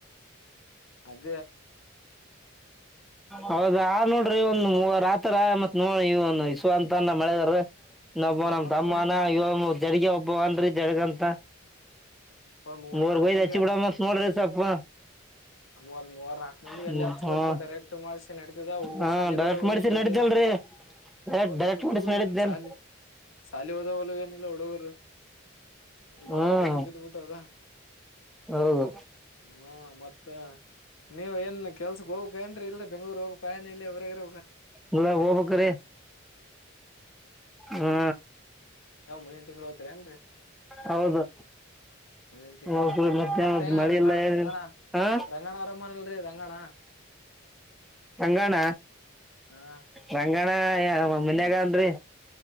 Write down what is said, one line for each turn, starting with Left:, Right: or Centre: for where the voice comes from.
Left: ಅಲ್ಲಿ
Centre: ಹೌದಾ ನೋಡ್ರಿ ಒಂದು ಮೂವರ ಆತರ ಮತ್ತ್ ನೋಡಿ ಇವನ <unintelligible> ಅಂತಾನ ಅಳೆಯದೇರು ನ
Left: ಹಾ
Centre: ನಮ್
Left: ಮತ್ತ
Centre: ತಮ್ಮನ ಇವ ಜಡಗ ಒಬ್ಬ ಅಂದ್ರೀ ಜಡಗಂತ
Left: ಒಂದ್ ಮೂವರ್
Centre: ಮೂರ್
Left: ನಾಲ್ಕ್
Centre: ಬಯದ್
Left: ಮಂದಿ
Centre: ಹಚ್ಚಿ ಬಿಡ ಮತ್ ನೋಡ್ರಿ ಸವಪ್ಪ
Left: ಅ ಒಂದ ಮೂವರ್ ನಾಲ್ಕು ಮಂದಿ
Centre: ಹ್ಮ್
Left: ಎಲ್ಲಲ್ಲಿ ಹಚ್ಬಬೇಕಕ್ಪ್ಪಾ
Centre: ಹಾ
Left: ಡರೆಕ್ಟ್ ಮಾಡ್ಸಿ ನಡತಿದ ಹುಡುಗರ್
Centre: ಹಾ
Left: ಸಾಲಿಗೆ
Centre: ಡೈರೆಕ್ಟ್
Left: ಹೋದವ
Centre: ಮಾಡಿಸಿ
Left: ಎಲ್ಲಿದ್ರು
Centre: ನಡಿತಲ್ರಿ ಡೈರೆಕ್ಟ್
Left: ಹೌದು
Centre: ಡೈರೆಕ್ಟ್
Left: ಇಲ್ಲಿ
Centre: ಮಾಡಿಸಿ
Left: ಹುಡುಗರು
Centre: ನಡಿದ್ದೇನ್
Left: ಏನ್ ಶಾಲಿ ಶಾಲಿ ಹೋದವಲ ಏನಿಲ್ಲ ಹುಡುಗರು
Centre: ಹ್ಮ್
Left: ಬಾಳ ಹರಿಣ್ಯ ಕತ್ತು ಬಿಿಟ್ಟು ಅದ
Centre: ಹೌದು
Left: ಹ ಮತ್ತ ಮತ್ತ ನೀವ್ ಏನ್ ಕೆಲ್ಸಕ್ ಹೋಗಬೇಕಾಯನ್ರಿ ಇಲ್ರಿೀ ಬೆಂಗ್ೂರ್ ಹೋಗು ಕಾಯನ ಇಲ್ಲಿ ಇ ಅವ್ರಗರ
Centre: ಇಲ್ಲ ಹೋಗ್ಬೇಕ್ರೀ ಹಾ
Left: ನಾವ ಮುಂದಿನ ತಿಂಗ್ಳ ಹೋದ್ರರಿ ಏನ್ರಿ
Centre: ಹೌದು
Left: ಮುಂದಿನ ತಿಂಗಳುಮತ್ತೆ
Centre: ಹೋಗ್ರಿ ಮತ್ತೆ ಮಳಿ
Left: ರಂಗನಾ
Centre: ಇಲ್ಲ ಏನಿಲ್ಲ
Left: ರಂಗನಾಾರ್
Centre: ಹಾ
Left: ರಂಗಣ ಆರಾಮನಲ್ರರಿ ರಂಗಣ
Centre: ರಂಗಣ
Left: ಹಾ
Centre: ರಂಗಣ ಮನ್ಯಾಗ ಅನ್ರಿ